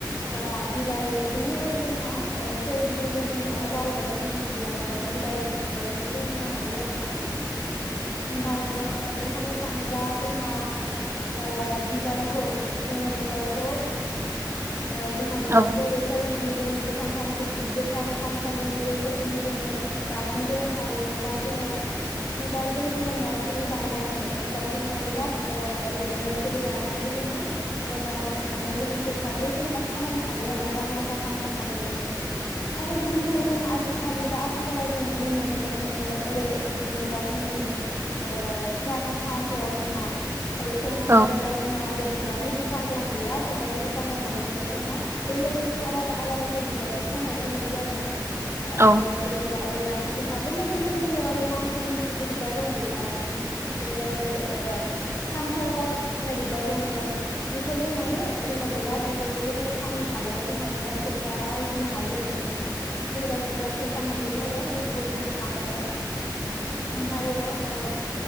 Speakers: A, on the left; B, on the right.
A: बा बिलाइजोंनो ओरै जोंहा ओ सोरगिदिं जोंनि न'आव वालबायदि जोङो बिलाइ बा बिलाइनि बिबार खौ जों होनो हायो आरो ना। आमफायो ओरै होननो थाङोबा जोंहा ओ बिबारखौ जोङो बिबार खौ ओ जोंहा बिबारखौ
B: औ
A: ओरै सोरगिदिं जोंनि गोथान थानसालिनि गोथार थानसालिनि ओरै सोरगिदिं जोङो गायनानै दोननो हा बा जोङो बिबारजों जोङो नार्सारि बानायनानै एबा जोङो बिराद ओ ओरै नार्सारि बानायनानै जोङो एबा माने जोङो फैसाबो जेनेबा खामायनो हायो आरोना रां रुफा रुफा खामायनो हायो। आरो बिनि उनाव जोङो आजि खालि बा आथिखालाव जों नुनो मोनो जोङो ओरै जेनेबा जोंनि ओ गुवाहाटि टाउनफोराव जोंहा ओर फेनसि
B: औ
A: बाजाराव जोंहा ओरै बिबारनि दुखान दङ बिराथ बिबारनि दुखान दं माने बेयाव जोङो बेलेग बेलेग आलादा आलादा जों बिबारखौ फाननायखौ नुयो आरोना । ओ आरो
B: औ
A: जेनेबा जों-जोंहा बेलेग बेलेग जोङो ओरै नामखौ मिन्थियिबो बिबार दङ बेहाव जों जेनेबा जेरै ओ सान फ्लाउवार होननाय बिबार दङो बेफोरजों माने जोङो बिराद बेखौबो जोङो फाननो हायोबा जोंहा बिराद फैसा आरजिनो हायो आरोना नोंथां । जेनेबा जों बिराद फैसा मोनगोन आरो जोंबो बिदि खालामबाथाय ओमफ्रायो ओ